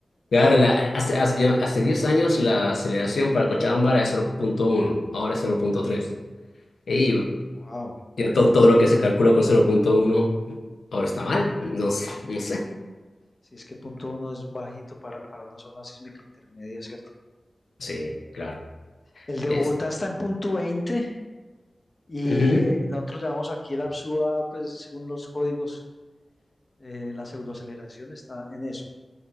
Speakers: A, on the left; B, on the left.
A: claro, la- hace, hace, yo- hace 10 años la aceleración para Cochabamba era de cero punto uno, ahora es cero punto tres. Y
B: Wow,
A: ya to- todo lo que se calculó con cero punto uno ahora está mal, no sé,
B: sí,
A: no sé.
B: sí, es que punto uno es bajito para, para una zona sísmica intermedia, ¿cierto?
A: Sí, claro.
B: El de
A: Es,
B: Bogotá está en punto 20 y
A: ujú,
B: eh, nosotros llamamos aquí la PSUA, pues según los códigos, eh, la pseudoaceleración está en eso.